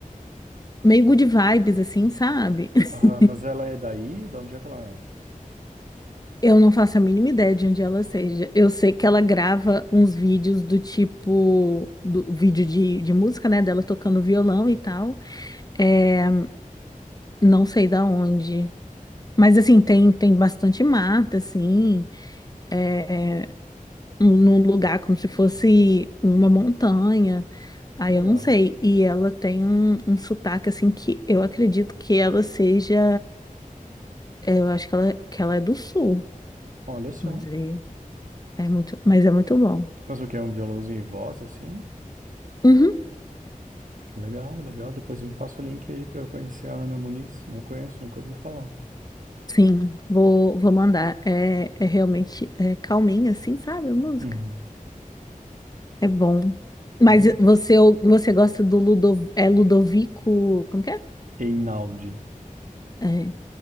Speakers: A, on the left; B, on the right.
A: meio good vibes, assim, sabe? <laughs>
B: Ah, mas ela é daí? De onde é que ela é?
A: Eu não faço a mínima ideia de onde ela seja. Eu sei que ela grava uns vídeos do tipo, do vídeo de, de música, né? Dela tocando violão e tal. É, não sei da onde. Mas assim, tem, tem bastante mata, assim, é, um- num lugar como se fosse uma montanha. Aí
B: Legal.
A: eu não sei. E ela tem um, um sotaque, assim, que eu acredito que ela seja. é, Eu acho que ela, que ela é do sul.
B: Olha só.
A: Mas aí. É muito, mas é muito bom.
B: Mas o que é um violãozinho e voz, assim?
A: Uhum,
B: Legal, legal. Depois me passa o link aí pra eu conhecer a Ana Muniz. Não conheço, nunca ouvi falar.
A: sim, vou, vou mandar. É, é realmente é calminha, assim, sabe? A música.
B: Uhum.
A: É bom. Mas
B: E
A: você, você gosta do Ludov, é Ludovico. Como que é?
B: Einaudi.
A: É,